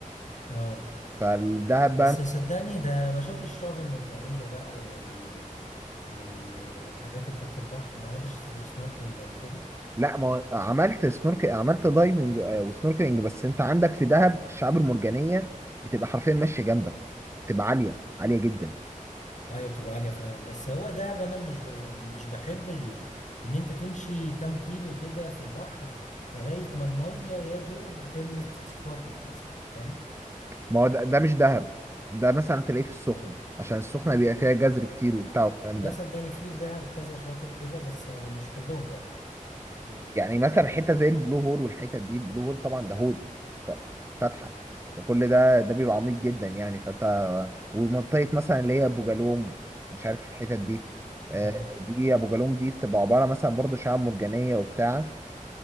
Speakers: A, on the left; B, on the right.
A: آه
B: فالدهب
A: بس
B: بقى
A: صدقني ده ما شفتش الشعب المرجانية بقى وال... وال... والحاجات اللي تحت البحر ما عملتش سنوركلينج قبل كده
B: لا ما هو عملت سنورك عملت دايفنج آه، وسنوركلينج بس انت عندك في دهب الشعاب المرجانيه بتبقى حرفيا ماشيه جنبك بتبقى عاليه عاليه جدا
A: ايوه بتبقى عاليه فعلا بس هو دهب انا مش ب... مش بحب ال... ان انت تمشي كام كيلو كده في البحر لغايه ما الميه يا دوب بتلمس بطنك مثلا فاهم
B: ما هو ده, ده مش دهب ده مثلا تلاقيه في السخنه
A: اه
B: عشان السخنه بيبقى فيها جزر كتير وبتاع والكلام
A: لا
B: ده
A: صدقني في في دهب كذا شاطئ كده بس آه، مش كلهم طبعا يعني
B: يعني مثلا حته زي البلو هول والحتت دي البلو هول طبعا ده هول فاتحه فكل ده ده بيبقى عميق جدا يعني فانت ومنطقه مثلا اللي هي ابو جالوم مش عارف الحتت دي آه،
A: اه
B: دي ابو جالوم دي بتبقى عباره مثلا برضو شعاب مرجانيه وبتاع